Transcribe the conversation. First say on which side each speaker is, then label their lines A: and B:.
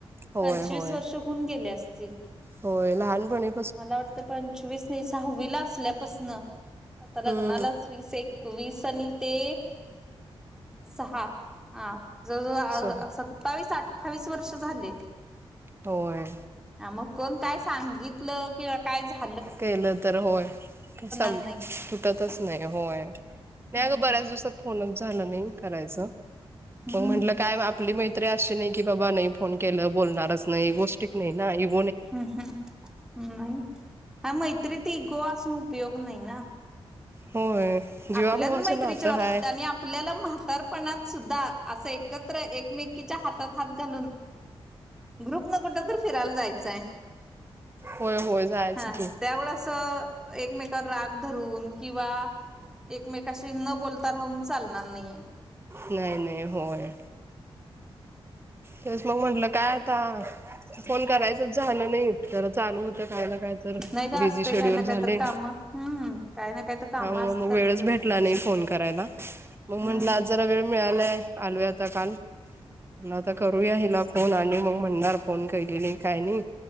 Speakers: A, on the right (about 25°); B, in the centre.
A: होय
B: पंचवीस
A: होय
B: वर्ष होऊन गेले असतील.
A: होय लहानपणी
B: मला वाटतं पंचवीस तीस सहावीला असल्यापसन आता लग्नालाच.
A: हम्म
B: एकवीस एकवीस आणि ते सहा हा जवळ जवळ
A: स
B: सत्तावीस अठ्ठावीस वर्ष झाले.
A: होय
B: ह मग कोण काय सांगितलं किंवा काय झा
A: केलं तर होय सं
B: नाही.
A: तुटतच नाही होय. नाही
B: हम्म
A: ग बऱ्याच दिसत. फनच झालं नाही करायचं
B: हम्म
A: मग म्हंटलं काय आपली मैत्री अशी नाही की बाबा नाही. फोन केल्याव बोलणारच नाही गोष्टीत नाही ना इग.
B: ह् ह् मग मैत्रीत इगो असून उपयोग नाही ना.
A: होय जीवाभावाचं
B: आपल्या तर मैत्रीच्या
A: नातं
B: बाबतीत
A: हाय
B: आणि आपल्याला म तर पणात सुद्धा असं एकत्र एकमेकीच्या हातात हात घालून. ग्रुप न कुठ तर फिरायला जायचंय.
A: होय होय जायचं
B: हा
A: की
B: त्यामुळेळे अस एकमेकावर राग धरून किंवा एकमेकाशी न बोलता राहून चालणार नाहीय.
A: नाही नाही होय. तेस मग म्हंटलं काय आता फोन करायचच झालं नाही. तर चालू होतं काय ना काय तर
B: नाही का
A: बिझी
B: असते
A: शेड्युल
B: काय ना
A: झाले.
B: काय तर काम हम्म काय ना काय तर काम
A: आओ
B: असतात
A: वेळच
B: प्रत्येकाची
A: भेटला नाही फोन करायला मग
B: हम्म
A: म्हंटलंआज. जरा वेळ मिळालाय आलोय आता काल म्हणलं आता करूया हिला फोन आणि मग म्हणणार फोन केले नाही काय नाही.